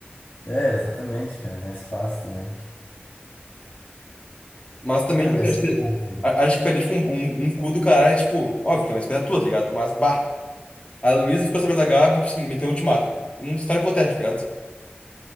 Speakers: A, on the left; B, on the left.
A: É, exatamente, cara, é mais fácil também.
B: Mas também,
A: Ah,
B: tipo,
A: mas
B: assim, acho
A: sei
B: que,
A: lá, filho.
B: a- acho que perder, tipo, um, um um cu do caralho, tipo, óbvio que é uma escolha tua, tá ligado? Mas, bah, a Luísa ficou sabendo da Gabi, tipo assim, meteu um ultimato. Um cenário hipotético, tá ligado?